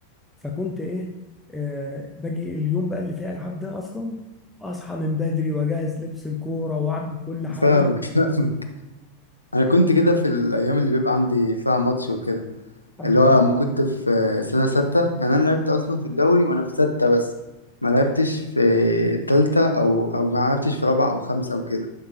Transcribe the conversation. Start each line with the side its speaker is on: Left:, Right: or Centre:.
Centre: فكنت ايه آه باجي اليوم بقى اللي فيه العاب ده اصلا اصحى من بدري واجهز لبس الكوره واعمل كل حاجه
Left: فاهمك <laughs> انا كنت كده في الايام اللي بيبقى عندي فيها ماتش وكده
Centre: عندك
Left: اللي هو لما كنت في سنه سته يعني انا لعبت اصلا في الدوري وانا في سته بس ما لعبتش في تالته او او ما لعبتش في رابعه او خمسه وكده